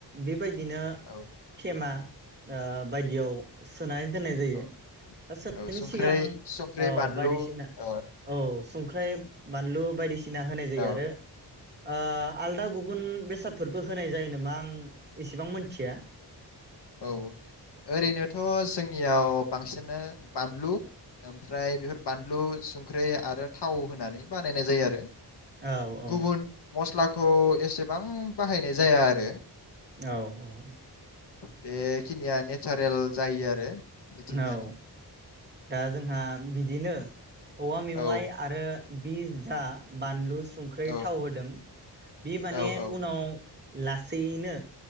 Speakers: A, on the right; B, on the left.
A: बेबायदिनो
B: औ
A: थेमा ओ बायदियाव सोनानै दोननाय जायो
B: औ
A: दा सोनायनि
B: औ संख्रै
A: सिगां औ
B: संख्रै बानलु
A: बायदिसिना
B: ओ
A: औ संख्राइ बानलु बायदिसिना होनाय जायो
B: औ
A: आरो ओ आलदा गुबुन बेसाद फोरबो होनाय जायो नामा आं इसेबां मिनथिया।
B: औ ओरैनोथ' जोंनियाव बांसिनानो बानलु। ओमफ्राय बेफोर बानलु सं संख्रि आरो थाव होनानै बानायनाय जायो आरो
A: औ औ
B: गुबुन मस्ला खौ एसेबां बाहायनाय जाया आरो
A: औ औ
B: बेखिनिया नेचारेल जायो आरो मिथिंगानि
A: औ दा जोंहा बिदिनो औवा मेवाइ
B: औ
A: आरो बिस दा बानलु संख्रि
B: औ
A: थाव होदों बे माने
B: औ औ
A: उनाव लाख सैयैनो